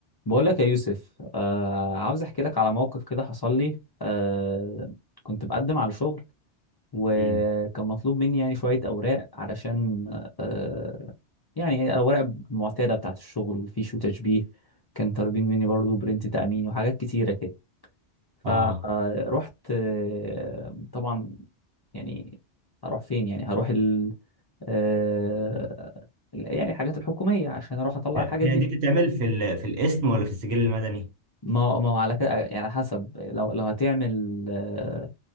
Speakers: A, on the left (about 40°); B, on the right (about 70°).
A: بقول لك يا يوسف آه عاوز احكي لك على موقف كده حصل لي آه كنت بقدم على شغل وكان
B: امم
A: مطلوب مني يعني شوية أوراق علشان آه يعني الأوراق المعتادة بتاعة الشغل فيش وتشبيه كان طالبين مني برضو برنت تأمين وحاجات كتيرة كده فرحت
B: اه
A: آه طبعا يعني هروح فين يعني هروح ال آه يعني الحاجات الحكومية عشان أروح أطلع
B: هي
A: الحاجات
B: هي
A: دي
B: دي بتتعمل في ال... في الاسم ولا في السجل المدني
A: ما هو ما هو على كده يعني حسب لو لو هتعمل آه،